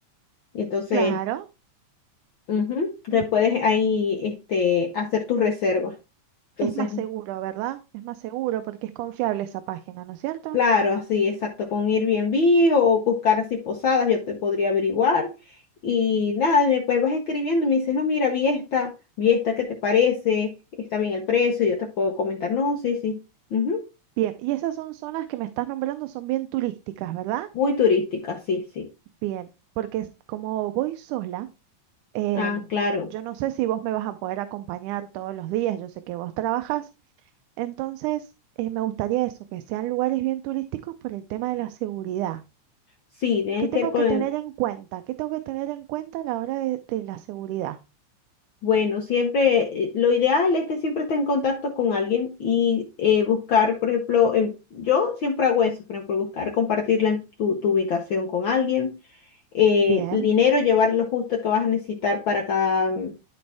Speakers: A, on the left; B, on the right.
A: Entonces,
B: claro.
A: ujú, te
B: ujú.
A: puedes ahí, este, hacer tus reservas. Entonces,
B: Es más seguro, ¿verdad? Es más seguro porque es confiable esa página, ¿no es cierto?
A: Claro, así, exacto, con Airbnb o buscar así posadas, yo te podría averiguar. Y nada, después vas escribiendo y me dices, no, mira, vi esta, vi esta, ¿qué te parece? Está bien el precio, yo te puedo comentar, no, sí, sí. ujú,
B: Bien, y esas son zonas que me estás nombrando, son bien turísticas, ¿verdad?
A: Muy turística, sí, sí.
B: Bien, porque es- como voy sola, em,
A: Ah, claro,
B: yo no sé si vos me vas a poder acompañar todos los días, yo sé que vos trabajas, entonces eh, me gustaría eso, que sean lugares bien turísticos por el tema de la seguridad.
A: sí, tiene
B: ¿Qué
A: que
B: tengo
A: ver con,
B: que tener en cuenta? ¿Qué tengo que tener en cuenta a la hora de, de la seguridad?
A: bueno, siempre, eh, lo ideal es que siempre estés en contacto con alguien y eh, buscar, por ejemplo, en- yo siempre hago eso, por ejemplo, buscar compartir la- tu tu ubicación con alguien eh,
B: Bien,
A: el dinero, llevar lo justo que vas a necesitar para cada,